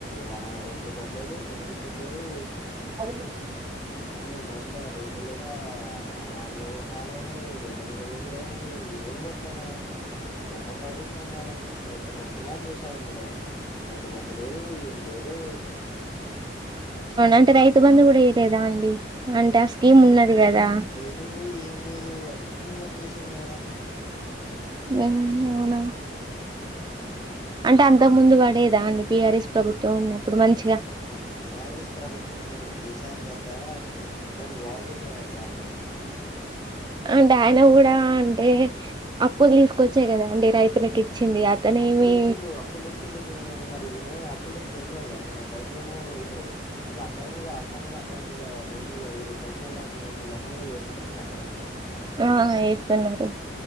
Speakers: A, on the left; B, on the right.
A: వా ఒడ్లు కొనలేదు జొన్నలు కొంలేదు
B: అవును
A: అన్ని నష్ట రేట్ లేక వానలు పాలైనయి రోడ్ల మీద పోసులయినయి ఏం రెట్లవి మేడం దొంగ ప్రభుత్వం మేడం రైతును అన్యాయం చేశారు మేడం రైతు బంధు లేదు ఏం లేదు
B: అవును అంటే రైతు బంధు కూడా ఎయలేదండి అంటే ఆ స్కీమ్ ఉన్నది కదా
A: తు ఏం లేదు అన్నీ బంజేసిండు మేడం
B: లేమ్ అవునా
A: ఉమ్
B: అంటే అంతకు ముందు పడేదాండి బీఆర్ఎస్ ప్రభుత్వం ఉన్నప్పుడు మంచిగా
A: బిఆర్ఎస్ ప్రభుత్వం ఉన్నప్పుడు కేసీఆర్ తాత అందరిని బాగా చేసి ఎళ్ళాడు మేడం
B: అంటే ఆయన కూడా అంటే అప్పులు తీసుకొ చ్చే కదా అండి రైతుకి ఇచ్చింది అతనే
A: అప్పులు
B: ఏమి
A: తెచ్చిండు అప్పులు తెచ్చి పెట్టిండు కానీ మరి ఈనే అప్పులు తెచ్చి పెడతలేడు కదా మేడం రైతులను ఇప్పుడు ఇప్పుడ అందరి మీద అప్పు అనేది అందరి మీద భూమి మీద ఇది తెలంగాణ మీద ఉన్నోళ్ళ అందరి మీద చేస్తున్నరుగ మేడం
B: ఆ ఏస్తున్నరు